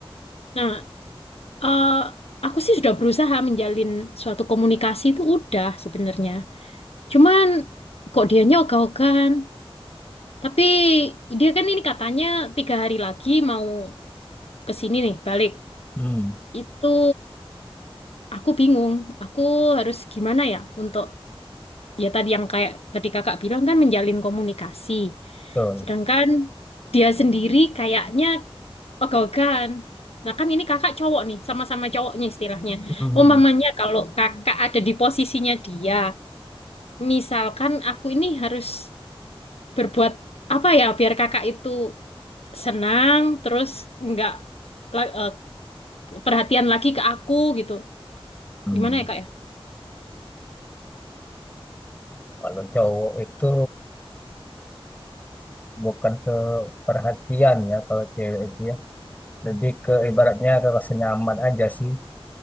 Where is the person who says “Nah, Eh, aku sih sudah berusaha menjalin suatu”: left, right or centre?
Left